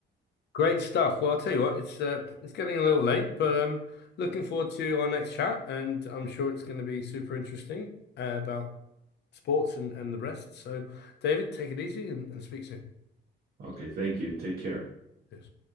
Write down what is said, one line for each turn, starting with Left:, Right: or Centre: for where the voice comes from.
Left: Great stuff. Well, I'll tell you what, it's uh, it's getting a little late, but um, looking forward to our next chat, and I'm sure it's going to be super interesting uh, about sports and and the rest. So, David, take it easy and, and speak soon.
Right: Okay, thank you. Take care.
Left: Cheers.